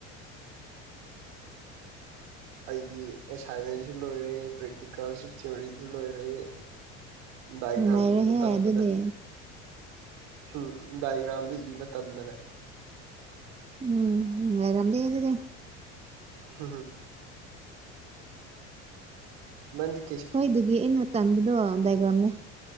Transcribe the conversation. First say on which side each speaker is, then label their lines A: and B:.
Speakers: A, on the right; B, on the right.
A: ꯑꯩꯗꯤ ꯑꯦꯁꯥꯏꯟꯃꯦꯟꯁꯨ ꯂꯣꯏꯔꯦ ꯄ꯭ꯔꯦꯛꯇꯤꯀꯦꯜꯁꯨ ꯊꯤꯑꯣꯔꯤꯁꯨ ꯂꯣꯏꯔꯦ꯫ ꯗꯥꯏꯒ꯭ꯔꯥꯝ
B: ꯅꯨꯡꯉꯥꯏꯔꯦꯍꯦ
A: ꯏꯕ ꯇꯟꯗꯅ
B: ꯑꯗꯨꯗꯤ
A: ꯎꯝ ꯗꯥꯏꯒ꯭ꯔꯥꯝꯗꫭ ꯏꯕ ꯇꯟꯗꯅ꯫
B: ꯎꯝꯉꯔꯗ ꯌꯦꯗꯗꯤꯦ
A: ꯍꯝ ꯍꯝ ꯃꯦꯦꯟꯗꯤ
B: ꯍꫭꯏꯗꯒꯤ ꯑꯩꯅ ꯇꯟꯕꯗꯣ ꯗꯥꯏꯒ꯭ꯔꯥꯝꯅꯦ꯫